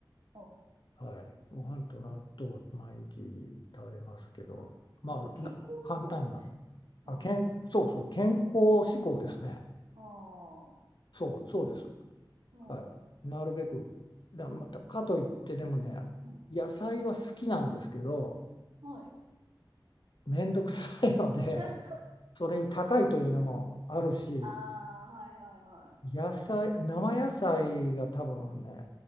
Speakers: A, on the right; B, on the left.
A: お、
B: はい、ご飯と納豆を毎日食べますけど、
A: あ、すごい健康志向ですね。
B: まあ、な簡単な、
A: あ
B: あ、健、そうそう、健康志向ですね。
A: あ、ああ、
B: そう、そうです。
A: うん、
B: はい。なるべく、だ、また、かといってでもね、
A: うん、
B: 野菜は好きなんですけど、
A: はい。
B: めんどくさいので、
A: <laughs>
B: それに高いというのもあるし、
A: ああ、はいはいはい。
B: 野菜、生野菜が多分ね、